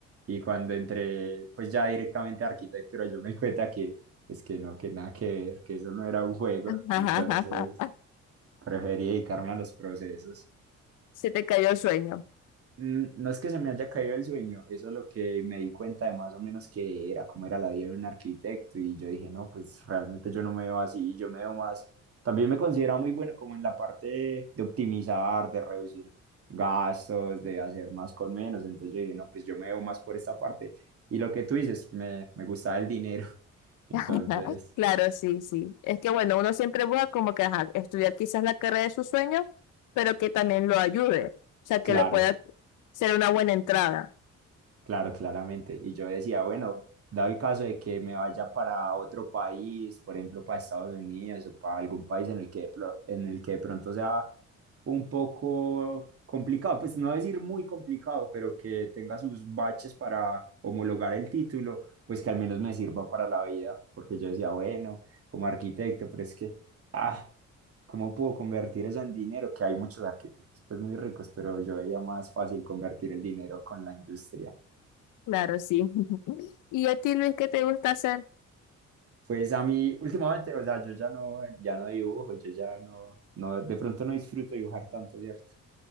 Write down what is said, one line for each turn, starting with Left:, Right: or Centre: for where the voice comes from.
Right: Y cuando entré, pues ya directamente a arquitectura, yo me di cuenta que es que no, que nada que ver, que eso no era un juego.
Left: <laughs>
Right: Entonces, preferí dedicarme a los procesos.
Left: Se te cayó el sueño.
Right: Mm, No es que se me haya caído el sueño, eso es lo que me di cuenta de más o menos que era, cómo era la vida de un arquitecto y yo dije, no, pues realmente yo no me veo así, yo me veo más, también me considero muy bueno como en la parte de, de optimizar, de reducir gastos, de hacer más con menos, entonces yo dije, no, pues yo me veo más por esta parte y lo que tú dices, me, me gustaba el dinero, <laughs> entonces,
Left: <laughs> Claro, sí, sí. Es que bueno, uno siempre busca como que ajá, estudiar quizás la carrera de su sueño, pero que también lo ayude, o sea,
Right: claro,
Left: que le pueda ser una buena entrada.
Right: Claro, claramente. Y yo decía, bueno, dado el caso de que me vaya para otro país, por ejemplo, para Estados Unidos o para algún país en el que, de pro- en el que de pronto sea un poco complicado, pues no decir muy complicado, pero que tenga sus baches para homologar el título, pues que al menos me sirva para la vida, porque yo decía, bueno, como arquitecto, pero es que, ah, ¿cómo puedo convertir eso en dinero? Que hay muchos arquitectos, pues muy ricos, pero yo veía más fácil convertir el dinero con la industria.
Left: Claro, sí. <laughs> ¿Y a ti, Luis, qué te gusta hacer?
Right: Pues a mí últimamente, o sea, yo ya no, ya no dibujo, yo ya no, no, de pronto no disfruto dibujar tanto, ¿cierto?